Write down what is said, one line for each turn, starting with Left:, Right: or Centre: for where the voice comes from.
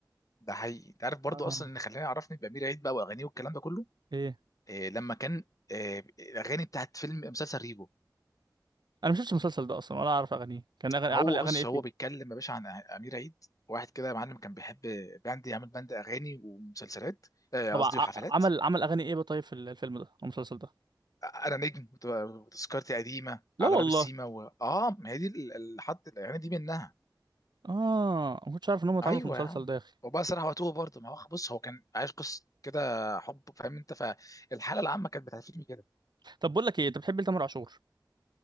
Left: ده حقيقي انت عارف برضو
Right: اه
Left: اصلا اللي خلاني عرفني بامير عيد بقى واغانيه والكلام ده كله
Right: ايه
Left: آه لما كان آه الاغاني بتاعت فيلم مسلسل ريبو
Right: انا ما شفتش المسلسل ده اصلا ولا اعرف اغانيه كان أغني...
Left: هو
Right: عمل اغاني
Left: بص
Right: ايه
Left: هو
Right: فيه
Left: بيتكلم يا باشا عن امير عيد واحد كده يا معلم كان بيحب باند يعمل باند اغاني ومسلسلات آه،
Right: طبعا
Left: قصدي
Right: ع-
Left: وحفلات
Right: عمل عمل اغاني ايه بقى طيب في الفيلم ده أو المسلسل ده
Left: انا نجم وت- وتذكرتي قديمه
Right: لا
Left: على
Right: والله
Left: باب السيما و... اه ما هي دي ال- الحد يعني دي منها
Right: اه ما كنتش عارف ان هم اتعاملوا
Left: ايوه
Right: في المسلسل
Left: يا عم
Right: ده يا اخي
Left: وبقى صراحه وتوه برضه ما هو بص هو كان عايش قصه كده حب فاهم انت فالحاله العامه كانت بتعرفني كده
Right: طب بقول لك ايه انت بتحب تامر عاشور